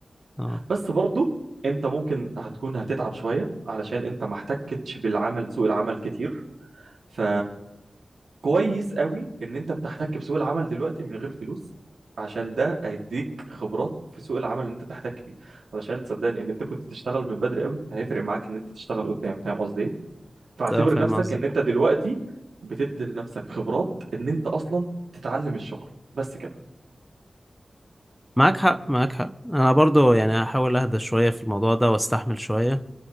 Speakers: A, in the centre; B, on the right.
A: اه
B: بس برضو انت ممكن هتكون هتتعب شوية علشان انت ما احتكتش بالعمل سوق العمل كتير ف كويس قوي ان انت بتحتك بسوق العمل دلوقتي من غير فلوس عشان ده هيديك خبرات في سوق العمل اللي انت بتحتك بيه علشان صدقني ان انت كنت تشتغل من بدري قوي هيفرق معاك ان انت تشتغل قدام فاهم قصدي ايه فاعتبر
A: أه، فاهم
B: نفسك
A: قصدي
B: ان انت دلوقتي بتدي لنفسك خبرات ان انت اصلا تتعلم الشغل بس كده
A: معاك حق معاك حق انا برضو يعني هحاول اهدى شوية في الموضوع ده واستحمل شوية